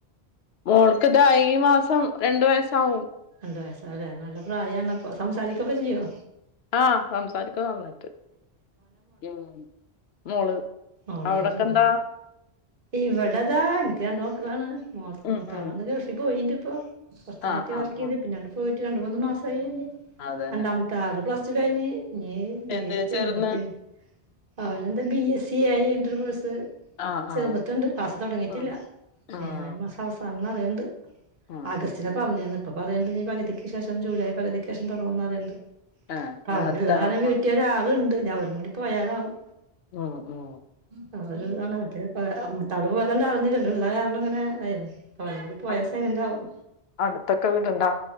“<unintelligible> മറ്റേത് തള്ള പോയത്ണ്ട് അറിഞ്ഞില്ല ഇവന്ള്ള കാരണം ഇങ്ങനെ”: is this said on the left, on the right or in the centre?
Right